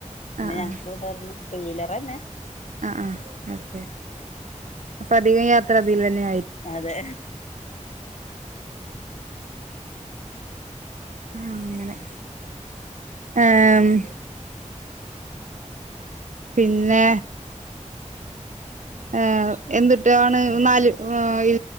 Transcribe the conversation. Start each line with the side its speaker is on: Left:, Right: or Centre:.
Left: പിന്നെ
Right: ആഹ്
Left: ഞങ്ങക്കുണ്ടൊരണ്ണം
Right: ആഹ്
Left: ടു വീലെറെന്നെ
Right: ആഹ് ആഹ് അത് ശരി അപ്പൊ അധികം യാത്രയിതിലെന്നെ
Left: അതെ
Right: ആഹ് അങ്ങനെ ഏഹ് പിന്നെ ഏഹ് എന്തുട്ടാണ് നാല് ഏഹ് ഈ